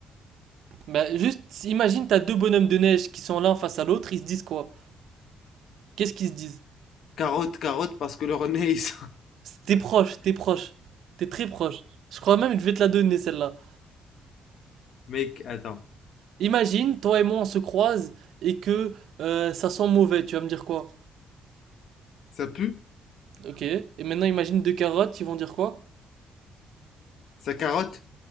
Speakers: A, on the right; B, on the left.
A: Bah, juste, imagine, t'as deux bonhommes de neige qui sont l'un face à l'autre, ils se disent quoi? Qu'est-ce qu'ils se disent?
B: Carotte, carotte, parce que leur nez, ils sont-
A: T'es proche, t'es proche. T'es très proche. Je crois même que je vais te la donner, celle-là.
B: <laughs> Mec, attends.
A: Imagine, toi et moi, on se croise et que euh, ça sent mauvais. Tu vas me dire quoi?
B: Ça pue?
A: Ok. Et maintenant, imagine deux carottes, ils vont dire quoi?
B: Ça carotte?